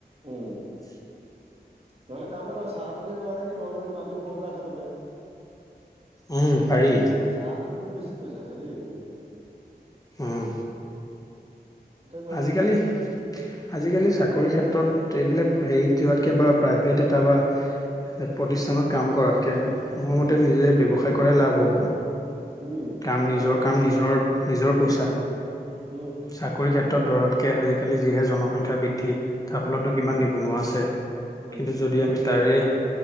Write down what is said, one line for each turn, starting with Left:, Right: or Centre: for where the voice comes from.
Right: উম।
Left: <inaudible>
Right: নহলে কাম এটা চাহ তোকে কৰা নেকি তোমালোকৰ যদি মাটিও খৰক আছে তাতে
Left: উম পাৰি
Right: চাহটোত কিন্তু বেছি পইচা আছে, দেই মোৰতে
Left: উম।
Right: কৰা
Left: আজিকালি,
Right: নেকি?
Left: আজিকালি চাকৰিৰ ক্ষেত্ৰত এইবিলাক হেৰিত দোৱাতকৈ বা প্ৰাইভেট এটা বা প্ৰতিষ্ঠানত কাম কৰাতকৈ মোৰ মতে
Right: উম,
Left: নিজে ব্যৱসায় কৰাই লাভ হ'ব।
Right: উম,
Left: কাম, নিজৰ
Right: লাভ হ'ব।
Left: কাম, নিজৰ, নিজৰ পইচা
Right: উম, উম,
Left: চাকৰি ক্ষেত্ৰত দৰতকে আজিকালি যিহে জনসংখ্যা বৃদ্ধি তাৰ ফলতো কিমান
Right: উম,
Left: নিবনুৱা আছে,
Right: উম,
Left: কিন্তু যদি আমি তাৰে